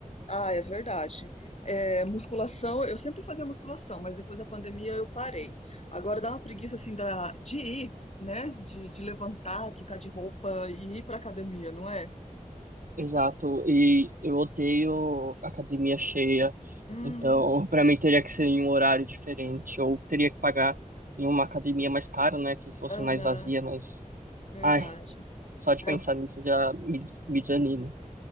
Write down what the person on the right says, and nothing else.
Exato, e eu odeio academia cheia,
então <laughs> para mim teria que ser em um horário diferente, ou teria que pagar em uma academia mais cara, né, que fosse
mais vazia, mas,
ai, só de
pensar nisso já me, des- me desanimo.